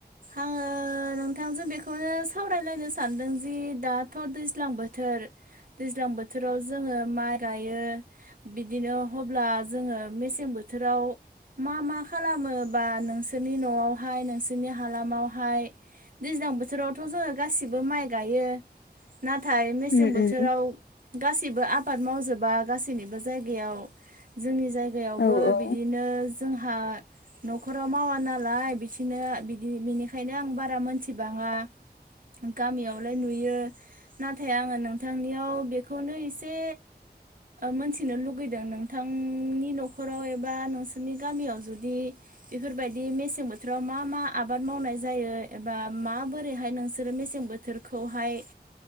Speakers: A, on the right; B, on the left.
A: आङो नोंथांजों बेखौनो सावरायलायनो सानदों जि दाथ' दैज्लां बोथोर दैज्लां बोथोराव जोङो माइ गायो बिदिनो अब्ला जोङो मेसें बोथोराव मा मा खालामो बा नोंसोरनि न'आवहाय नोंसोरनि हालामावहाय दैज्लां बोथोरावथ' जोङो गासिबो माइ गायो नाथाय मेसें
B: उम
A: बोथोराव
B: उम
A: गासिबो आबाद मावजोबा गासैनिबो जायगायाव जोंनि जायगा जायगायावबो
B: औ औ
A: बिदिनो जोंहा न'खराव मावा नालाय बिदिनो बिदि बिनिखायनो आं बारा मोनथिबाङा गामियावलाय नुयो नाथाय आङो नोंथांनियाव बेखौनो एसे मोनथिनो लुगैदों नोंथांनि न'खराव एबा नोंसोरनि गामियाव जुदि बेफोरबायदि मेसें बोथोराव मा मा आबाद मावनाय जायो एबा माबोरैहाय नोंसोरो मेसें बोथोरखौहाय